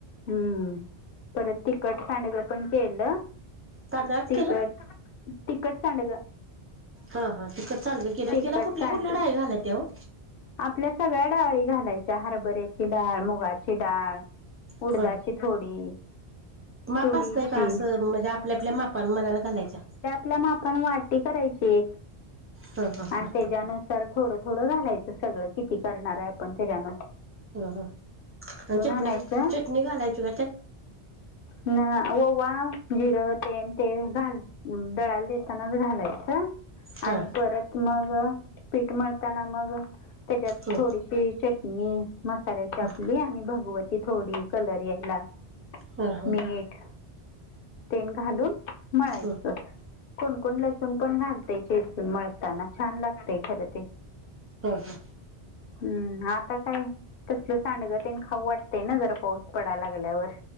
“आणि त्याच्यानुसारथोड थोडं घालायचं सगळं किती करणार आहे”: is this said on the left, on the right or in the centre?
Left